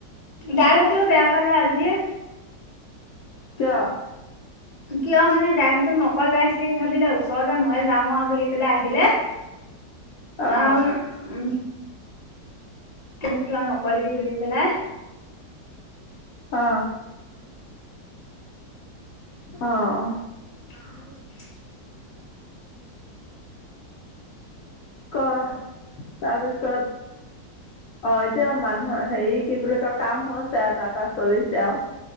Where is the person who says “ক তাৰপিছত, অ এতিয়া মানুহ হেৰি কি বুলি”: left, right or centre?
Left